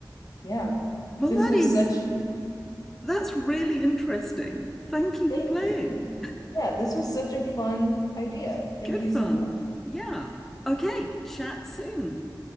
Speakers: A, on the left (about 55°); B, in the centre.
A: yeah, <laughs>
B: Well,
A: this
B: that
A: was
B: is,
A: such
B: that's really interesting. Thank
A: <laughs>
B: you
A: thank
B: for playing.
A: you. Yeah, this was such a fun idea. Thank
B: Good
A: you
B: fun.
A: so much.
B: Yeah. Okay. Chat soon.